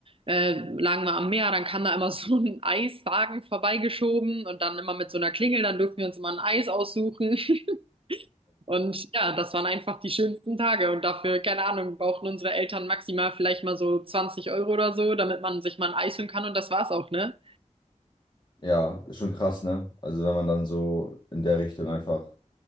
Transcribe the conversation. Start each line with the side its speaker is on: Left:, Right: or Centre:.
Right: äh, lagen wir am Meer, dann kam da immer <laughs> so ein Eiswagen vorbeigeschoben und dann immer mit so einer Klingel, dann durften wir uns immer ein Eis aussuchen. <laughs> Und ja, das waren einfach die schönsten Tage. Und dafür, keine Ahnung, brauchten unsere Eltern maximal vielleicht mal so 20 Euro oder so, damit man sich mal ein Eis holen kann. Und das war's auch, ne?
Left: Ja, ist schon krass, ne? Also wenn man dann so in der Richtung einfach